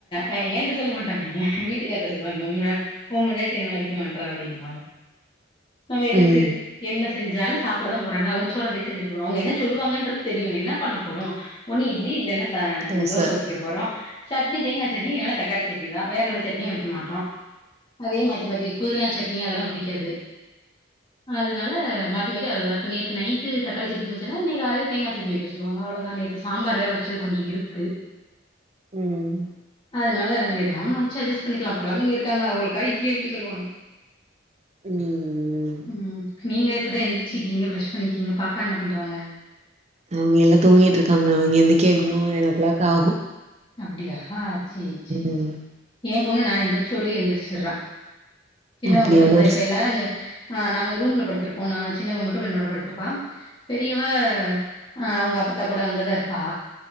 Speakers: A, on the left; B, on the right.
A: அ என்ட்ட சொல்ல மாட்டாங்க ஏன வீட்டுக்கார்ட்ட சொல்வாங்க <unintelligible> உ பொண்டாடி என்ன மதிக்க மாட்றா அப்டின்னுவாங்க நம்ம எதுக்கு
B: ம்
A: என்ன செஞ்சாலு சாப்பிடதா போறாங்க அவங்க சொறவே செஞ்சிரு அவங்க என்ன சொல்லுவாங்கன்றது தெரியு என்ன பண்ண போறோ ஒன்னு இட்லி இல்லன்னா அ
B: தோச
A: தோசை ஊத்திக்க போறோ சட்னி தேங்கா சட்னி இல்லனா தக்காளி சட்னி தா வேற எந்த சட்னியு வைக்க மாட்டோ அதே மாத்தி மாத்தி புதினா சட்னி அதெல்லா புடிக்காது அதனால மாத்தி மாத்தி அதுதா இப்ப நேத்து நைட்டு தக்காளி சட்னி வச்சா இன்னைக் காலைல தேங்கா சட்னி வைக்க சொல்லுவாங்க அவ்ளோ தா நேத்து சாம்பார் வேற வச்சது கொஞ்ச இருக்கு
B: ம்
A: அதனால எதயா ஒன்ன வச்சு அஜஸ் பண்ணிக்லா கொழந்தைங்க இருக்காங்க அவங்களுக்கா இட்லி அவிக்க சொல்லுவாங்
B: ம்
A: ம் நீங்க இப்பதா எந்திரச்சுக்கீங்க ப்ரஷ் பண்ணிக்கீங்க பாப்பா என்ன பண்றாங்க
B: அவங்க எல்லா தூங்கிட்டு இருக்காங்க அவங்க எந்திக்க எப்டியு நைன் ஓ க்ளாக் ஆகு
A: அப்டியா சேர் சே
B: ம்
A: ஏ பொண்ணு நா எந்திரிச்சோல்லே எந்திரிச்சுறா சின்னவ
B: அப்டியா
A: மட்டு இந்தா
B: ஒரு
A: இப்ப
B: ஸ்
A: எல்லாரு அங்க ஆ நாங்க ரூம்ல படுத்துருப்போ நா சின்னவ மட்டு என்னோட படுத்துருப்பா பெரியவ அ அவங்க அப்பத்தா கூட அங்கதா இருப்பா